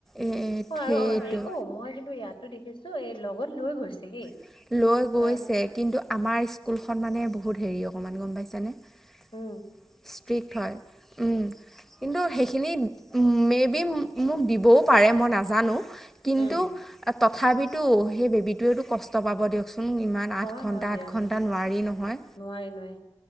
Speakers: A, in the centre; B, on the left.
A: এ
B: অ'
A: সেইটো
B: আৰু অ হেৰি অ মই কিন্তু ইয়াত টো দেখিছো এই লগত লৈ গৈছে হেই।
A: <inaudible>
B: অ', হম।
A: ্ৰ উম কিন্তু সেই মে বি মোক দিবও পাৰে মই নাজানো কিন্ত।
B: উম।
A: তথাপিতো সেই বেবীটোৱেতো কষ্ট পাব দিয়ক। চোন ইমান
B: হয়,
A: আঠ ঘণ্টা
B: হয় দিয়াচোন
A: আঠ ঘণ্টা নোৱাৰি নহয়।
B: নোৱাৰি নোৱাৰি।